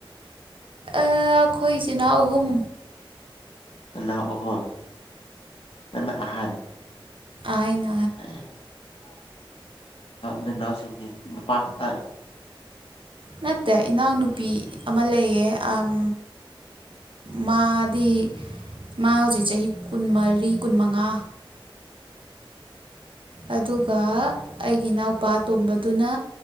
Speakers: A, on the right; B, on the left.
A: ꯑꯩꯈꯣꯏ ꯏꯆꯤꯟ ꯏꯅꯥꯎ ꯑꯍꯨꯝ
B: ꯅꯅꯥꯎ ꯑꯍꯨꯝ ꯅꯪꯅ ꯑꯍꯟ
A: ꯑꯥꯏꯅ
B: <unintelligible> ꯅꯅꯥꯎꯁꯤꯡꯗꯤ ꯅꯨꯄꯥ ꯈꯠꯇꯪ
A: ꯅꯠꯇꯦ ꯏꯅꯥꯎꯅꯨꯄꯤ ꯑꯃ ꯂꯩꯌꯦ ꯎꯝ ꯃꯥꯗꯤ ꯃꯥ ꯍꯧꯖꯤꯛ ꯆꯍꯤ ꯀꯨꯟꯃꯔꯤ ꯀꯨꯟꯃꯉꯥ ꯑꯗꯨꯒ ꯑꯩꯒꯤ ꯏꯅꯥꯎꯄꯥ ꯇꯣꯝꯕꯗꯨꯅ